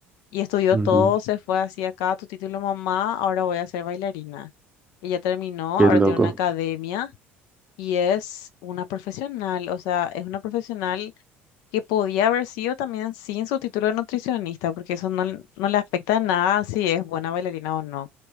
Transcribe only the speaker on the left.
y estudió
todo, se fue así acá, tu título mamá, ahora voy a ser bailarina. Ella terminó,
ahora
tiene una academia y es una profesional, o sea, es una profesional que podía haber sido también sin su título de nutricionista, porque eso no, no le afecta en nada si es buena bailarina o no.